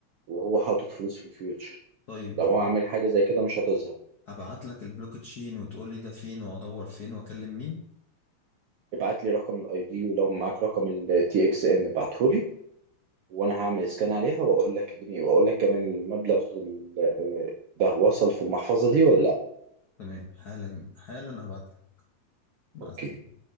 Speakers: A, on the right (about 75°); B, on the left (about 65°).
A: وهو حاطط فلوس في الفيوتشر
B: طيب
A: لو هو عامل حاجة زي كده مش هتظهر
B: أبعت لك البلوك تشين وتقول لي ده فين وأدور فين وأكلم مين
A: ابعت لي رقم الاي دي ولو معاك رقم التي اكس ان ابعته لي وانا هعمل سكان عليها واقول لك الدنيا واقول لك كمان المبلغ ال- آه، ده وصل في المحفظة دي ولا لا
B: تمام حالا حالا أبعت لك مع
A: اوكي
B: السلامة.